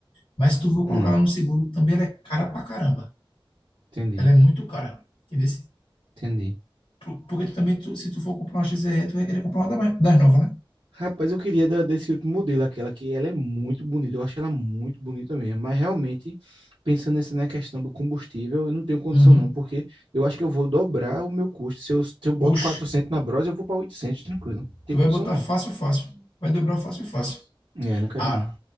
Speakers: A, on the left; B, on the right.
A: mas se tu for colocar
B: Hum,
A: lá no seguro, também ela é cara pra caramba.
B: entendi,
A: Ela é muito cara, entendeu?
B: entendi.
A: Por- Porque tu também, tu, se tu for comprar uma XRE, tu vai querer comprar uma da- mais- das novas, né?
B: Rapaz, eu queria da, desse último modelo, aquela que ela é muito bonita, eu acho ela muito bonita mesmo, mas realmente, pensando nessa na questão do combustível, eu não tenho condição
A: Uhum.
B: não, porque eu acho que eu vou dobrar o meu custo, se eu, se eu boto
A: Oxe,
B: 400 na Bros, eu vou para 800 tranquilo, não tem
A: tu
B: condição
A: vai botar
B: não.
A: fácil, fácil. Vai dobrar fácil, fácil.
B: É, não quero
A: A-
B: não.